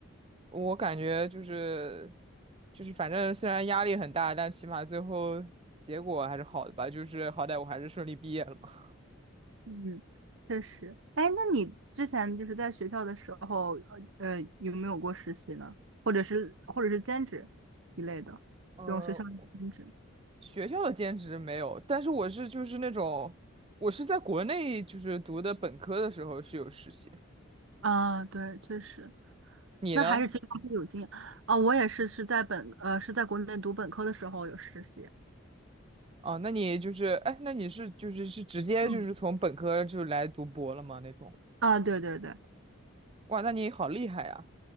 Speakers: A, on the right; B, on the right.
A: 我感觉就是就是反正虽然压力很大，但起码最后结果还是好的吧。就是好歹我还是顺利毕业了嘛。
B: 嗯，确实。哎，那你之前就是在学校的时候，呃，呃，有没有过实习呢？或者是或者是兼职一类的这种学校里的兼职？
A: <laughs> 嗯、学校的兼职没有，但是我是就是那种，我是在国内就是读的本科的时候是有实习。
B: 啊，对，确实。
A: 你呢？
B: 那还是其实还是有经验啊，我也是是在本呃是在国内读本科的时候有实习。
A: 啊，那你就是，哎，那你是就是是直接就是从本科就来读博了吗？
B: 嗯，
A: 那种？
B: 啊，对对对，
A: 哇，那你好厉害呀！